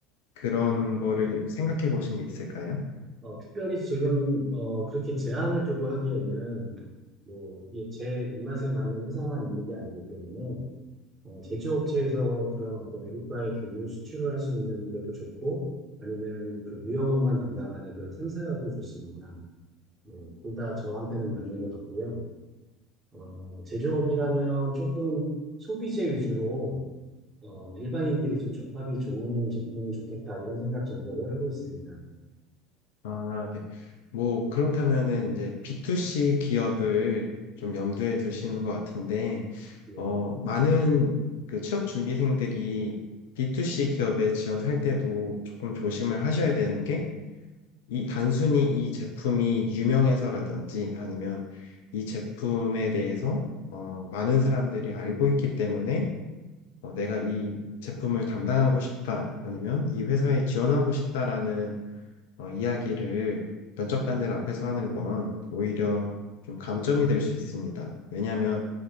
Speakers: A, on the left (about 65°); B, on the right (about 25°).
A: 그런 거를 생각해 보신 게 있을까요?
B: 어, 특별히 지금 어, 그렇게 제한을 두고 하기에는 뭐 이게 제 입맛에 맞는 회사만 있는 게 아니기 때문에 어, 제조업체에서 그런 어떤 외국과의 교류 수출을 할 수 있는 데도 좋고, 아니면 그 무역업만 담당하는 그런 상사도 좋습니다. 네, 둘다 저한테는 맞는 것 같고요. 어, 제조업이라면 조금 소비재 위주로 어, 일반인들이 좀 접하기 좋은 제품은 좋겠다 이런 생각 정도를 하고 있습니다.
A: 아, 네. 뭐, 그렇다면은 이제 B2C 기업을 좀 염두에 두시는 것 같은데,
B: 예,
A: 어, 많은 그 취업 준비생들이 B2C 기업에 지원할 때도 조금 조심을 하셔야 되는 게, 이 단순히 이 제품이 유명해서라든지 아니면 이 제품에 대해서 어, 많은 사람들이 알고 있기 때문에 어, 내가 이 제품을 담당하고 싶다 아니면 이 회사에 지원하고 싶다라는 어, 이야기를 면접관들 앞에서 하는 건 오히려 좀 감점이 될 수 있습니다. 왜냐하면